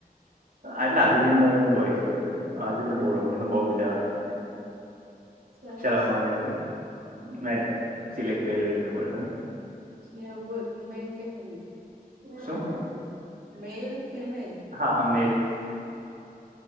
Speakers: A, on the right (about 65°); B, on the right (about 80°).
A: આટલા <unintelligible> બહુ એક્સેપેસ્ટ છે આ લી તો બહુ રમું ને બહુ મજા આવે મને.
B: સરસ
A: ચાલ હવે મારી વારી મે સિલેક કર્યો એક <unintelligible>
B: <unintelligible> બોલ મેલ કે ફિમેલ?
A: શું?
B: મેલ ફિમેલ
A: હા-હા મેલ.